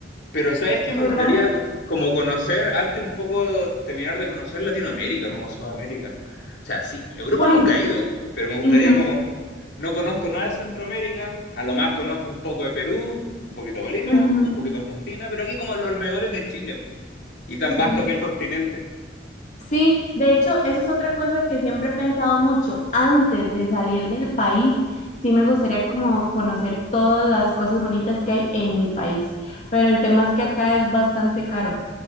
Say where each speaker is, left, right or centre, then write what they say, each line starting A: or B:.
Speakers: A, on the left; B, on the left.
A: Pero sabes que
B: ¿verdad?
A: me gustaría co- como conocer, antes un poco terminar de conocer Latinoamérica, como Sudamérica. O sea, sí, Europa
B: Bueno,
A: nunca he ido, pero me gustaría
B: ujú,
A: como, no conozco nada de Centroamérica, a lo más conozco un poco de Perú, un poquito de Bolivia,
B: ujú,
A: un poquito de Argentina, pero aquí como en los alrededores de Chile, y tan
B: sí.
A: vasto que el continente.
B: Sí, de hecho, eso es otra cosa que siempre he pensado mucho. Antes de salir del país, sí me gustaría como conocer todas las cosas bonitas que hay en mi país, pero el tema es que acá es bastante caro.